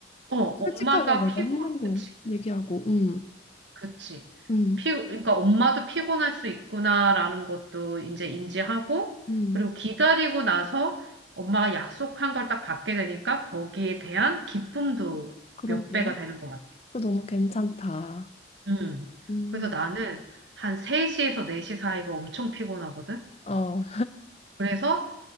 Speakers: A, on the right; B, on the left.
A: 어, 엄마가
B: 솔직하게 내가
A: 피곤,
B: 힘든 거
A: 그치,
B: 얘기하고, 음,
A: 그치.
B: 음,
A: 피, 그러니까 엄마도 피곤할 수 있구나라는 것도 이제 인지하고,
B: 음,
A: 그리고 기다리고 나서 엄마가 약속한 걸 딱 받게 되니까 거기에 대한 기쁨도
B: 그러게.
A: 몇 배가 되는 것 같아.
B: 그거 너무 괜찮다.
A: 음.
B: 음,
A: 그래서 나는 한 3시에서 4시 사이가 엄청 피곤하거든.
B: 어,
A: 그래서